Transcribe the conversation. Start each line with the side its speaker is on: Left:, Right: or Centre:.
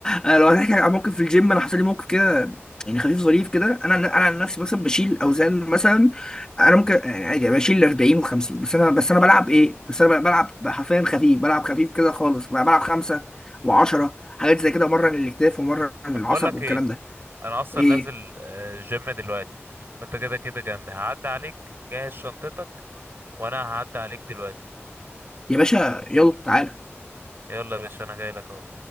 Left: أنا لو هنحكي عن موقف في الجيم انا حصل لي موقف كده يعني خفيف ظريف كده انا انا عن نفسي مثلا بشيل اوزان مثلا انا ممكن يعني عادي يعني بشيل 40 و50 بس انا بس انا بلعب ايه بس انا بلعب حرفيا خفيف بلعب خفيف كده خالص بلعب خمسة وعشرة حاجات زي كده مره للاكتاف ومره للعصب
Right: طب بقول لك
Left: والكلام
Right: ايه
Left: ده
Right: انا اصلا
Left: ايه
Right: نازل آه، جيم دلوقتي وانت كده كده جنبي هعدي عليك جهز شنطتك وانا هعدي عليك دلوقتي
Left: يا باشا يلا تعالى
Right: يلا يا باشا انا جاي لك اهو